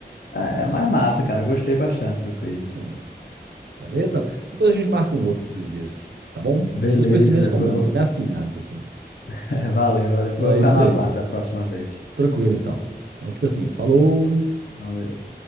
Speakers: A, on the left (about 65°); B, on the right (about 75°).
A: é é mais massa, cara. eu Gostei bastante do quiz.
B: Aí, ó. Beleza? Depois a gente marca um outro quiz desse, tá bom?
A: Beleza,
B: Seus conhecimentos estão
A: pois
B: bons,
A: vou.
B: estão bem afinados, assim.
A: <laughs> Valeu, valeu.
B: Então
A: Pois eu vou
B: é
A: ficar
B: isso
A: no aguardo
B: aí.
A: da próxima vez.
B: Tranquilo, então. Então fica assim. Falou.
A: Valeu.